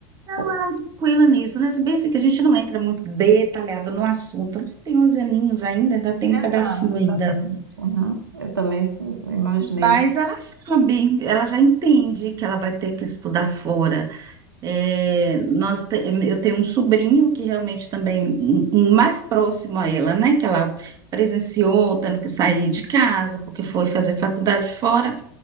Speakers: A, on the right; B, on the right.
A: Pô.
B: tranquila nisso, né? Se bem assim que a gente não entra muito detalhado no assunto, tem 11 aninhos ainda, ainda tem
A: Exato,
B: um pedacinho
A: exatamente.
B: ainda.
A: Uhum. Eu também imaginei.
B: Mas ela sabe, ela já entende que ela vai ter que estudar fora. É, nós te- eu tenho um sobrinho que realmente também, um, um mais próximo a ela, né? Que ela presenciou tendo que sair de casa porque foi fazer faculdade fora.